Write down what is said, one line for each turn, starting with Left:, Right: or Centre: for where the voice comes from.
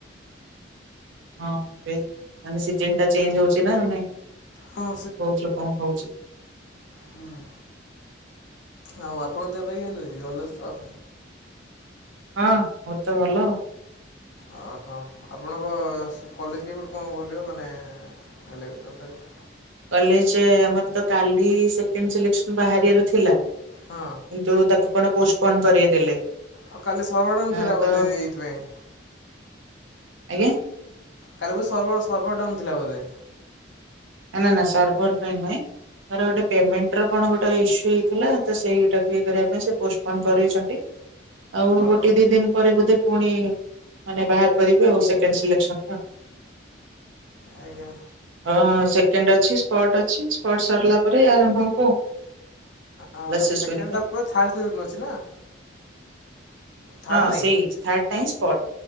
Right: ହଁ ଏବେ ମାନେ ସିଜନଟା ଚେଞ୍ଜ ହଉଛି ନା ମାନେ ବହୁତ୍
Left: ହଁ
Right: ଲୋକ ହଉଚି।
Left: ହୁଁ। ଆଉ ଆପଣ ଦେହ ପାଇଁ କେମିତି ଅଛି ଭାଲ ତ?
Right: ହଁ ମୋ ତ ଭଲ।
Left: ଓ ହ ଆପଣଙ୍କ କଲେଜ କେବେଠୁ କ'ଣ ଖୁଲିବ ମାନେ ହେଲେ ବି ତଥାପି?
Right: କଲେଜ ଆମର ତ କାଲି ସେକେଣ୍ଡ ସିଲେକ୍ସନ ବାହାରିବାର ଥିଲା।
Left: ହଁ
Right: କିନ୍ତୁ ତାକୁ କ'ଣ ପୋଷ୍ଟପୋନ୍ କରେଇଦେଲେ।
Left: ଆଉ କାଲି ସରବର ଡାଉନ୍
Right: ହଁ
Left: ଥିଲା
Right: ତ
Left: ବୋଧେ ଏଇଥିପାଇଁ।
Right: ଆଜ୍ଞା।
Left: କାଲି ବୁଧେ ସର୍ଭର୍ ସର୍ଭର ଡ଼ାଉନ୍ ଥିଲା ବୋଧେ।
Right: ନା ନା ନା ସର୍ଭର ପାଇଁ ନୁହେ। ତାର ଗୋଟେ ପେମେଣ୍ଟ ର କ'ଣ ଗୋଟେ ଇସ୍ୟୁ ହେଇଥିଲା ତ ସେଇଟାକୁ ଇଏ କରିବା ପାଇଁ ସେ ପୋଷ୍ଟପୋନ୍ କରେଇଛନ୍ତି। ଆଉ ଗୋଟେ
Left: ଓହୋ
Right: ଦି ଦିନ ପରେ ବୋଧେ ପୁଣି ମାନେ ବାହାର କରିବେ ଆଉ ସେକେଣ୍ଡ ସିଲେକସନ ଟା।
Left: ଆଜ୍ଞା
Right: ଓ ସେକେଣ୍ଡ ଅଛି ସ୍ପଟ ଅଛି ସ୍ପଟ ସରିଲା ପରେ ଆରମ୍ଭ ହବ।
Left: ଓୋ
Right: କ୍ଲାସେସ୍
Left: ସେକେଣ୍ଡ
Right: କରିବା।
Left: ତା ଥାର୍ଡ ଅଛି ନା। ଥାର୍ଡ଼
Right: ହଁ
Left: ନାହିଁ
Right: ସେଇ ଥାର୍ଡ ଟା ହଁ ସ୍ପଟ